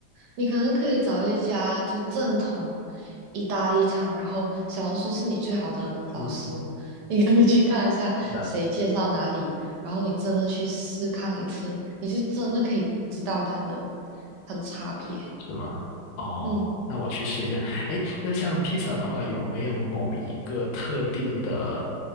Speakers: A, on the right (about 70°); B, on the left (about 85°).
A: 你可能可以找一家就正统意大利餐，然后小红书是你最好的老师，
B: 嗯，
A: 你可以去看一下谁介绍哪里，
B: 是的，
A: 然后你真的去试看一次，你就真的可以知道它的它的差别。
B: 是吗？哦，
A: 嗯，
B: 那我去试一下。哎，那像披萨的话，有没有某一个特定的，